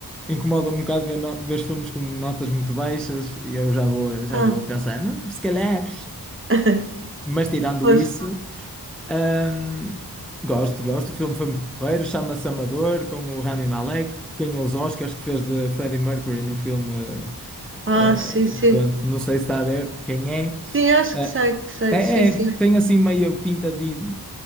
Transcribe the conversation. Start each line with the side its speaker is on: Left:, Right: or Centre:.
Centre: incomoda um bocado ver, no- ver filmes com notas muito baixas e eu já vou, já
Right: Ah,
Centre: vou a pensar, "Hum, se calhar.
Right: <laughs>
Centre: Mas tirando
Right: pois.
Centre: isso, hum, gosto, gosto. O filme foi muito porreiro, chama-se Amador, com o Rami Malek. Ganhou os Oscars que fez de Freddie Mercury no filme.
Right: Ah,
Centre: eh,
Right: sim,
Centre: eh,
Right: sim.
Centre: pronto, não sei se está a ver quem é.
Right: Sim, acho
Centre: Eh,
Right: que sei, que sei.
Centre: é,
Right: Sim, sim.
Centre: é, tem assim meio pinta de.